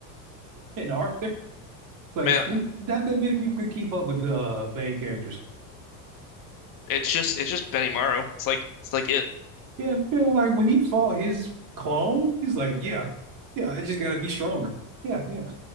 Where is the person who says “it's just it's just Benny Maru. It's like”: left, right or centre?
Left